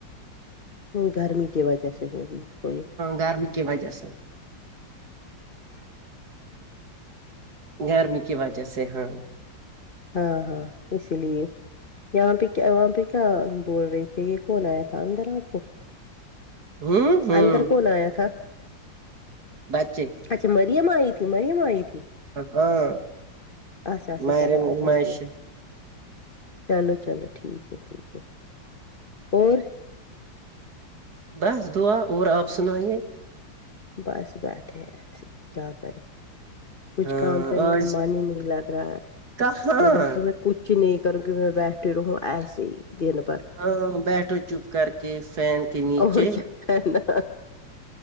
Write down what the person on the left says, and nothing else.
ہ گرمی کی وجہ سے ہوگی کوئی
ہاں ہاں اس لیے یہاں پہ کیا وہاں پہ کیا بول رہے تھے یہ کون آیا تھا اندر آپ کو
اندر کون آیا تھا
اچھا مریم آی تھی مریم آی تھی
اچھا اچھا
چلو
اچھا کیا
چلو چلو ٹھیک ہے ٹھیک ہے اور
بس بیٹھے ایسے ہی کیا کریں کچھ
کام کرنے
کا من ہی نہیں لگ رہا ہے
میں بولا ہوں کچھ نہیں کروں کہ میں بیٹھے رہوں ایسے ہی دن پر
اور کیا ہے نا